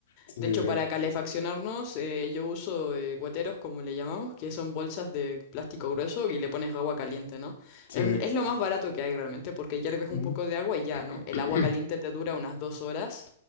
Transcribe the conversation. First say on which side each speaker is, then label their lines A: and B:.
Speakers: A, on the left; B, on the left.
A: sí,
B: De hecho,
A: sí.
B: para calefaccionarnos, eh, yo uso eh, guateros, como le llamamos, que son bolsas de plástico grueso y le pones agua caliente, ¿no?
A: sí.
B: Es, es lo más barato que hay realmente, porque hierves
A: Ujú.
B: un poco de agua y ya, ¿no? El
A: <clears throat>
B: agua caliente te dura unas dos horas.